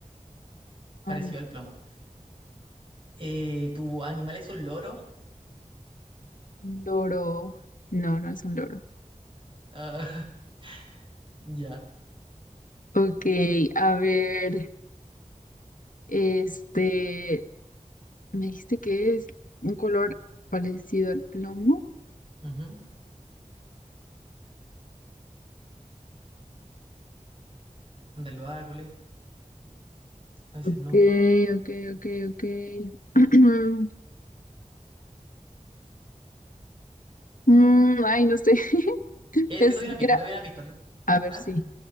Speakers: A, on the right (about 40°); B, on the left (about 85°).
A: parecido
B: No,
A: al plomo. Eh, ¿tu animal es un loro?
B: un loro. No, no es un loro.
A: Ah, <laughs> ya.
B: Ok, a ver, este, me dijiste que es un color parecido al plomo.
A: Ujú. Anda los árboles. A veces
B: Ok,
A: no.
B: ok, ok, ok. <clears throat> Mm, ay, no sé. <laughs>
A: Eh,
B: Es
A: te doy una
B: gra-
A: pista, te doy una pista.
B: A ver,
A: ¿Ah?
B: sí.